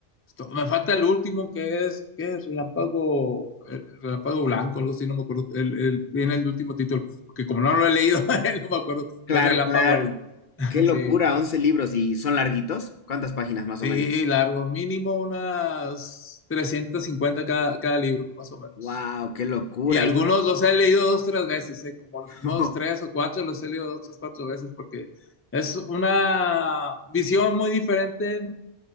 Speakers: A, on the left; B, on the left.
A: Esto- me falta el último que es, que es Relámpago, el- Relámpago Blanco, algo así, no me acuerdo. El, el- viene el último título, porque como no lo he leído, <laughs> no me acuerdo.
B: Claro,
A: Es Relámpago
B: claro.
A: algo. <laughs>
B: Qué locura,
A: Sí,
B: 11 libros. ¿Y son larguitos? ¿Cuántas páginas más
A: sí,
B: o menos?
A: largo, mínimo unas 350 cada, cada libro, más o menos.
B: Wow, qué locura.
A: Y algunos
B: y-
A: los he leído dos, tres veces, ¿eh? Como
B: <laughs>
A: los primeros tres o cuatro los he leído dos, tres, cuatro veces, porque es una visión muy diferente